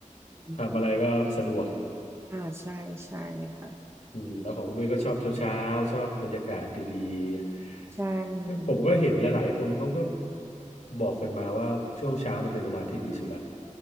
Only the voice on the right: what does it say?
ม
อ่าใช่ใช่ค่ะ
ใช่